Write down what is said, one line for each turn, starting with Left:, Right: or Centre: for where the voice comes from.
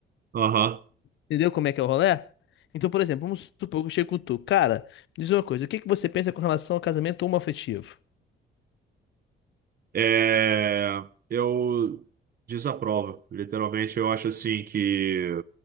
Right: aham.
Left: Entendeu como é que é o rolê? Então, por exemplo, vamos supor que eu chego com tu. Cara, me diz uma coisa, o que que você pensa com relação ao casamento homoafetivo?
Right: É, eu desaprovo. Literalmente, eu acho assim que